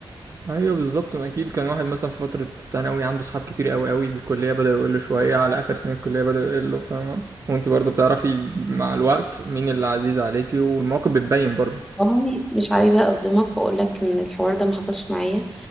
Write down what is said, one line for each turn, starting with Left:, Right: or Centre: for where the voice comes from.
Right: ايوه بالظبط ما اكيد كان واحد مثلا في فترة ثانوي عنده صحاب كتير قوي قوي الكلية بدأ يقول له شوية على اخر سنة الكلية بدأ يقول له فاهمة وانت برضه بتعرفي مع الوقت مين اللي عزيز عليكي والمواقف بتبين برضه
Centre: والله مش عايزه اصدمك واقول لك ان الحوار ده ما حصلش معايا